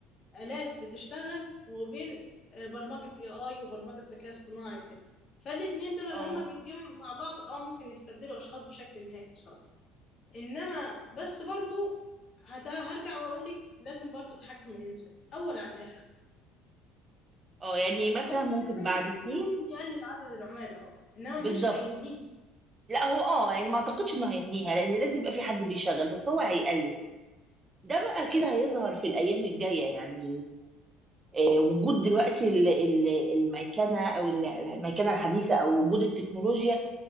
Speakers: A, on the left; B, on the right.
A: الات بتشتغل وبين آه، برمجه اي اي وبرمجه ذكاء اصطناعي كده فالاتنين دول
B: اه
A: لما بيتجمعوا مع بعض اه ممكن يستبدلوا اشخاص بشكل نهائي بصراحه انما بس برضو هت... هرجع واقول لك لازم برضو تحكم الانسان اول عن اخر
B: اه يعني مثلا
A: هو
B: ممكن
A: زي ما
B: بعد
A: انت قلتي
B: سنين
A: ممكن يقلل عدد العملاء اه انما
B: بالظبط
A: مش هينهيه
B: لا هو اه يعني ما اعتقدش انه هينهيها لان لازم يبقى في حد بيشغل بس هو هيقلل ده بقى كده
A: ممكن
B: هيظهر في الأيام الجاية يعني آه، وجود دلوقتي ال- ال- الميكنة أو ال- الميكنة الحديثة أو وجود التكنولوجيا